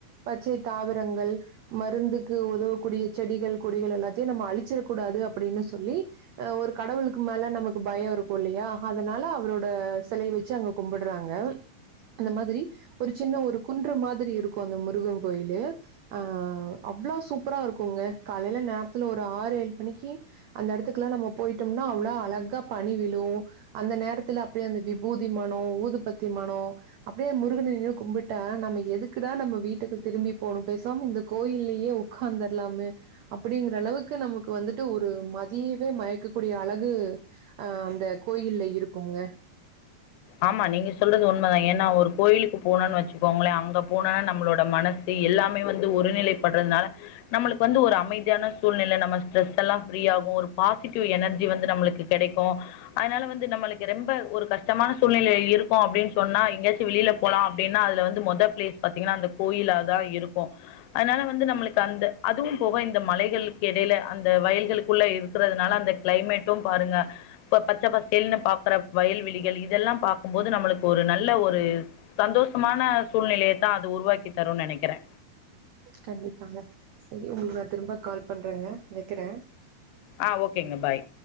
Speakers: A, on the right (about 85°); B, on the left (about 85°).
A: பச்சை தாவரங்கள் மருந்துக்கு உதவக்கூடிய செடிகள் கொடிகள் எல்லாத்தையும் நம்ம அழிச்சிடக் கூடாது அப்டின்னு சொல்லி ஆ ஒரு கடவுளுக்கு மேல நமக்கு பயம் இருக்கும் இல்லையா அதனால அவரோட சிலை வச்சு அங் கும்படுறாங்க அந்த மாதிரி ஒரு சின்ன ஒரு குன்று மாதிரி இருக்கும் அந்த முருகன் கோயிலு ஆ அவ்ளோ சூப்பரா இருக்கும்ங்க காலையில நேரத்துல ஒரு ஆறு ஏழு மணிக்கி அந்த இடத்துக்குல்லா நம்ம போயிட்டோம்னா அவ்ளோ அழகா பனி விழு அந்த நேரத்துல அப்டியே அந்த விபூதி மனோ ஊதுபத்தி மனோ அப்டியே முருகன நின்னு கும்பிட்டா நம்ம எதுக்குடா நம்ம வீட்டுக்கு திரும்பி போனு பேசாம இந்த கோயில்லயே உக்காந்த ர்லாமே அப்டிங்கற அளவுக்கு நமக்கு வந்துட்டு ஒரு மதியவே மயக்கக்கூடிய அழகு ஆ அந்த கோயில்ல இருக்குங்க
B: ஆமா நீங்க சொல்றது உண்மைதான் ஏன்னா ஒரு கோயிலுக்கு போனும்னு வச்சுக்கோங்களே அங்க போனா நம்மளோட மன சு எல்லாமே வந்து ஒருநிலை பட்றதுனால நம்மளுக்கு வந்து ஒரு அமைதியான சூழ்நிலை நம்ம ஸ்ட்ரெஸ் எல்லாம் ஃப்ரீயாகும் ஒரு பாசிட்டிவ் எனர்ஜி வந்து நம்மளுக்கு கெடைக்கும் அதுனால வந்து நம்மளுக்கு ரெம்ப ஒரு கஷ்டமான சூழ்நிலைல இருக்கோ அப்டின்னு சொன்னா எங்காச்சு வெளியில போலா அப்டின்னா அதுல வந்து மொத பிளேஸ் பாத்தீங்கன்னா அந்த கோயிலாதா இருக்கு ஆனாலு வந்து நம்மளுக்கு அந்த அதுவு போக இந்த மலைகளுக்கு இடையில அந்த வயல்களுக்குள்ள இருக்கிறதுனால அந்த கெளைமேட்டு பாருங்க இப்ப பச்சை பசேல்னு பாக்ற வயல்வெளிகள் இதெல்லா பாக்கும்போது நம்மளுக்கு ஒரு நல்ல ஒரு சந்தோஷமான சூழ்நிலையத்தா அது உருவாக்கி தரும்னு நெனைக்கிறே
A: கண்டிப்பாங்க சரி உங்களுக்கு நான் திரும்ப கால் பண்றேங்க வெக்கிறே
B: அ ஓகேங்க பாய்